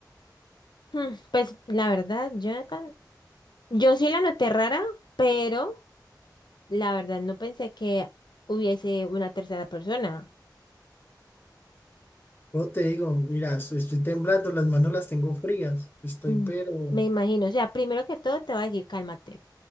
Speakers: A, on the left; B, on the left.
A: Hmm, Pues la verdad, Jonathan, yo sí la noté rara, pero la verdad no pensé que hubiese una tercera persona.
B: Yo te digo, mira, estoy, estoy temblando, las manos las tengo frías, estoy
A: Mm,
B: pero...
A: Me imagino, o sea, primero que todo te va a decir cálmate.